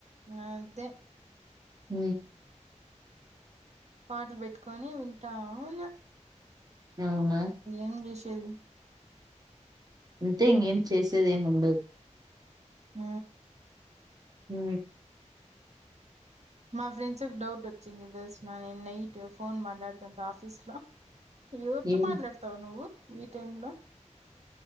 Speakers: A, on the right (about 60°); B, on the right (about 30°).
A: అదే
B: హ
A: పాటలు పెట్టుకొని వింటాము
B: అవునా
A: ఏం చేష చెల్
B: అంటే ఇంకేం చేసేది ఏమి ఉండదు
A: హ
B: హ
A: మా ఫ్రెండ్స్ ఒక డౌట్ వచ్చింది తెలుసిన నేను నైట్ ఫోన్ మాట్లాడుతుంట ఆఫీస్లో ఇవరు త
B: ఏం
A: మాట్లాడతావ్ నువ్వు ఈ టైమ్ లో